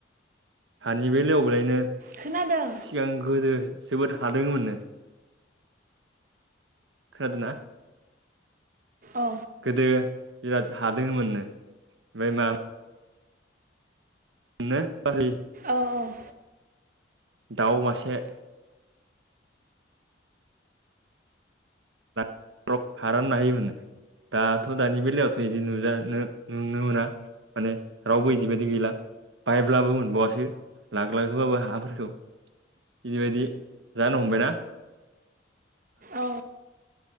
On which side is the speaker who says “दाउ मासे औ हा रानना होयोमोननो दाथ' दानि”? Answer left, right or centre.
Right